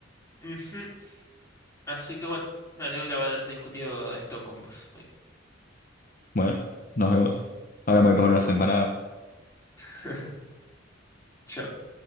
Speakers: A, on the left (about 15°); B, on the left (about 45°).
A: Ujú. Así que bueno, me alegro haber discutido esto con vos. Hoy.
B: Bueno, nos vemos. Ahora me voy a comer
A: Nos
B: unas
A: vemos.
B: empanadas.
A: <laughs> Chao.